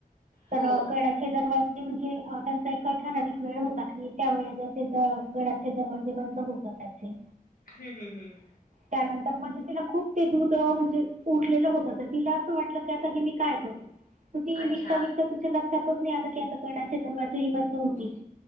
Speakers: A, on the right (about 55°); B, on the left (about 70°).
A: तर
B: हो
A: गडाचे दरवाजे म्हणजे त्यांचा एक ठराविक वेळ होता की, त्या वळेने ते द गडाचे दरवाजे बंद होत असचे,
B: हम् हम हम
A: त्यानंतर म्हणजे तिला खूप ते दूध म्हणजे उरलेलं होतं तर तिला असं वाट, आता हे मी काय करू, त ती
B: अच्छा
A: विकता विकता तिच्या लक्षातच नाही आला की आता गडाचे दरवाजेही बंद होतील.